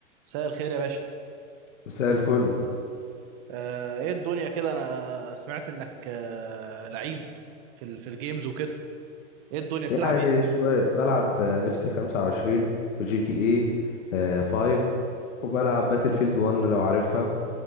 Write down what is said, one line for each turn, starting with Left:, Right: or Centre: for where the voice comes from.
Right: مساء الخير يا باشا
Left: مساء الفل
Right: آه، ايه الدنيا كده انا سمعت انك آه، لعيب في ال- في الجيمز وكده ايه الدنيا بتلعب
Left: يعني
Right: ايه
Left: شوية بلعب اف سي 25 وجي تي اي 5 وبلعب باتل فيلد 1 لو عارفها